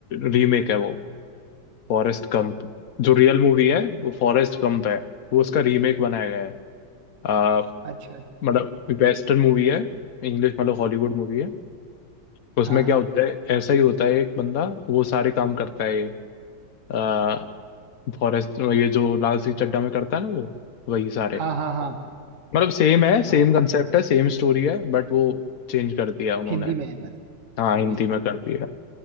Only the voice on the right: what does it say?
अच्छा
हाँ
हाँ हाँ हाँ हाँ
हाँ
हिंदी में है बस
वही